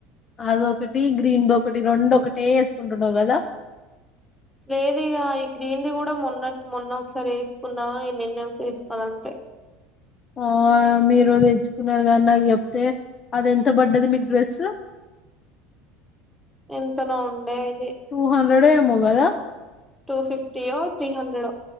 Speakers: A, on the left; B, in the centre.
A: అదొకటి గ్రీన్ ది ఒకటి రెండు ఒకటే వేసుకుంటున్నావ్ కదా
B: లేదు ఇగ ఈ గ్రీన్ది కూడా మొన్న మొన్న ఒకసారి వేసుకున్నా, ఈ నిన్న ఒకసారి వేసుకున్న అంతే,
A: ఆ మీరు తెచ్చుకున్నారు కానీ నాకు చెప్తే అది ఎంత పడ్డది మీకు డ్రెస్స్.
B: ఎంతనో ఉండేయ్
A: టూ హండ్రెడే మో గద
B: టూ ఫిఫ్టీయో త్రీ హండ్రె డో